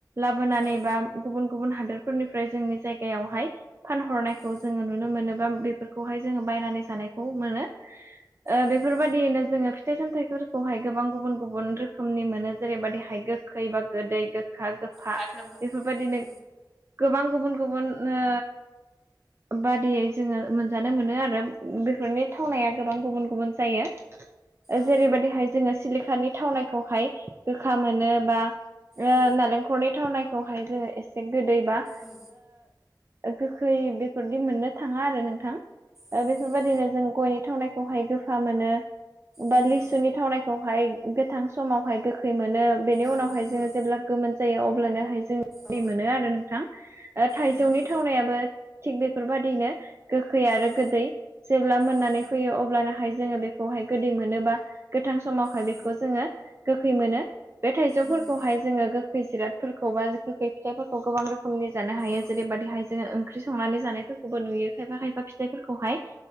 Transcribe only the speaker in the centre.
औ
औ
नंगौ
हा गोमा
औ
औ
औ
औ।
औ नंगौ
नंगौ
औ नंगौ
औ
नंगौ
औ
औ
औ
नंगौ
औ